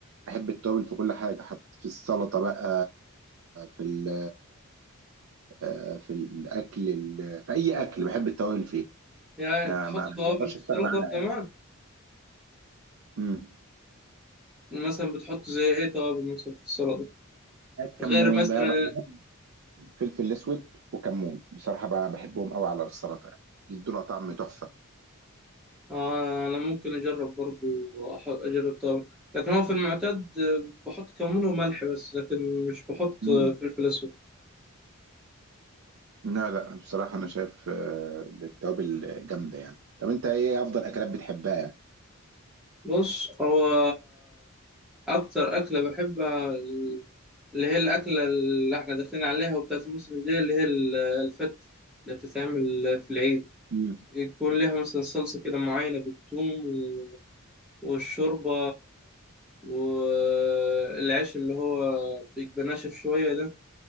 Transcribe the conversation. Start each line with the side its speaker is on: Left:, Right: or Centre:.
Right: بحب التوابل في كل حاجه حتى في السلطه بقى في ال- آه، في الاكل ال- في اي اكل بحب التوابل فيه
Centre: يعني
Right: ما
Centre: بتحط
Right: ما ما
Centre: توابل
Right: بقدرش
Centre: في السلطه
Right: استغنى عنها
Centre: كمان
Right: يعني. مم.
Centre: مثلا بتحط زي ايه توابل مثلا في السلطه
Right: كمون
Centre: غير مثلا
Right: بقى بحب بحب فلفل الاسود وكمون بصراحه بقى بحبهم قوي على السلطه يعني يدوا لها طعم تحفه
Centre: آه انا ممكن اجرب برضو أح- اجرب توابل لكن هو في المعتاد آه، بحط كمون وملح بس لكن مش بحط
Right: مم.
Centre: آه، فلفل اسود
Right: لا لا بصراحه انا شايف آه، بالتوابل جامده يعني طب انت ايه افضل اكلات بتحبها يعني
Centre: بص هو أكتر أكلة بحبها ال- اللي هي الأكلة اللي إحنا داخلين عليها وبتاعت الموسم الجاي اللي هي ال- الفتة اللي بتتعمل في العيد
Right: مم.
Centre: يكون لها مثلا صلصة كده معينة بالثوم و- والشوربة والعيش اللي هو بيبقى ناشف شوية ده